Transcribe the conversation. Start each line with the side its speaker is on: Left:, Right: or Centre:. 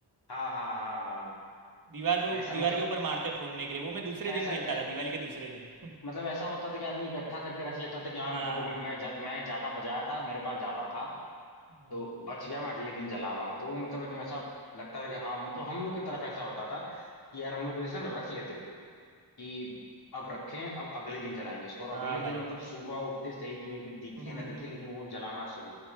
Left: हाँ हाँ हाँ हाँ
Right: दीवार पे
Left: ऐसा
Right: दीवार
Left: मतलब
Right: के ऊपर मारते हैं फोड़ने के लिए वो मैं दूसरे
Left: ऐसा
Right: दिन
Left: ऐ,
Right: खेलता था दिवाली के दूसरे दिन <laughs>
Left: मतलब ऐसा होता था कि आदमी इकट्ठा करके रख लेता था कि हाँ
Right: हाँ
Left: मतलब देखो मैं जा, मैं ज्यादा बजाया था मेरे पास ज्यादा था
Right: हम्म,
Left: तो बच गया मैं अगले दिन जला रहा हूँ तो वो मतलब एकदम ऐसा लगता है कि हाँ मतलब हम लोग की तरफ ऐसा होता था कि यार हम लोग जैसे ना रख लेते थे कि अब रखें अब अगले दिन जलाएंगे इसको और
Right: हाँ
Left: अगले दिन
Right: भाई
Left: मतलब सुबह उठते सही जो है कि दिखे
Right: <laughs>
Left: ना दिखे लेकिन वो जलाना शुरू